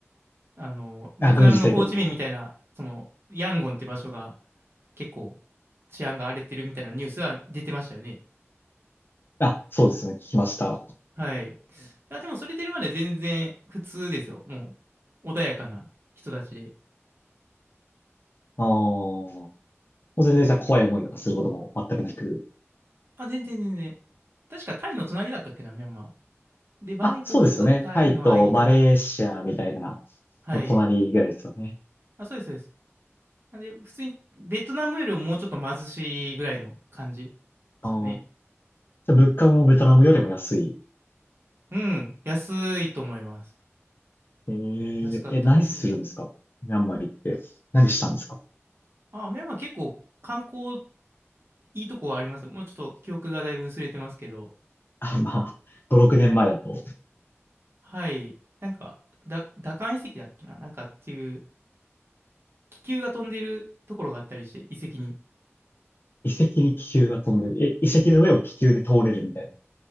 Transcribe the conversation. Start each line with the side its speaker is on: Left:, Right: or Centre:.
Right: あの、ベトナムのホーチミンみたいな、
Left: あ、軍事政権の、
Right: その、ヤンゴンって場所が結構治安が荒れてるみたいなニュースが出てましたよね。
Left: あ、そうですね、聞きました。あ
Right: はい。いや、でもそれ出るまで全然普通ですよ。もう、穏やかな人たちで。
Left: あ、もう全然じゃあ怖い思いとかすることも全くなく。
Right: あ、全然全然。確かタイの隣だったっけな、ミャンマー。で、バンコクとタイの間だ。
Left: あ、そうですよね。タイとマレーシアみたいな
Right: はい。
Left: の隣ぐらいですよね。
Right: あ、そうです、そうです。なんで、普通にベトナムよりももうちょっと貧しいぐらいの感じで
Left: ああ、
Right: すかね。
Left: じゃあ物価もベトナムよりも安い。
Right: うん、安いと思います。
Left: えー、
Right: 安かったですね。
Left: え、何するんですかミャンマー行って。何したんですか
Right: あ、ミャンマー結構観光いいとこはありますよ。もうちょっと記憶がだいぶ薄れてますけど。
Left: あ、まあ、5、6年前だと、
Right: はい。なんか、だ、ダカン遺跡だっけななんかっていう、気球が飛んでるところがあったりして、遺跡に。
Left: 遺跡に気球が飛んでる。え、遺跡の上を気球で通れるみたいな。